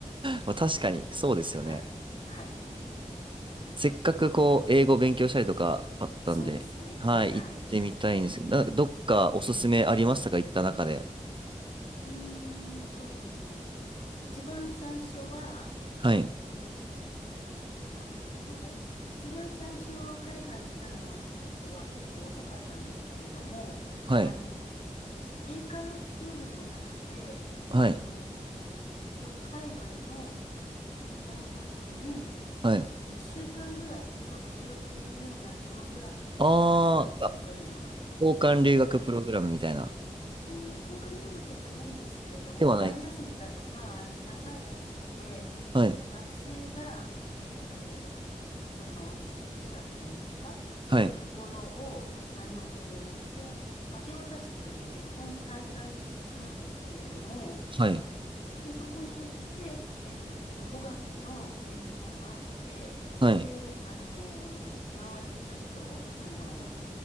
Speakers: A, on the right; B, on the left.
A: まあ確かに、そうですよね。
B: はい、はい。
A: せっかくこう、英語勉強したりとかあったんで、
B: そうですね。
A: はい、
B: はい。
A: 行ってみたいんですけど、なんかどっかおすすめありましたか行った中で。
B: えうーんとですね。一番最初は、
A: はい、
B: えーっと、あ、そうだ、一番最初海外行ったのは私は結構遅かったんですけれども、
A: はい、
B: あの、英会話スクールの中で、
A: はい、
B: あの、そういう海外の、えー大学に
A: はい。
B: 2週間ぐらい留学するっていうようなプログラムあったんですよ、
A: あー、あ
B: そういうのが。
A: 交換留学プログラムみたいな。
B: はい。うん、交換留学じゃないんですけれども、
A: ではないんですね。
B: 春休みだとか、あの、長い休みで、
A: はい、
B: あの、学生が、えーその、寄宿舎っていうんですかそういうところを、
A: はい、
B: あの、受け、明け渡してくれて、そこに滞在するんですけれども、
A: はい、
B: で、そこに行って、えっと、語学の勉強もあって、
A: はい。
B: で、あの周りちょっと、あの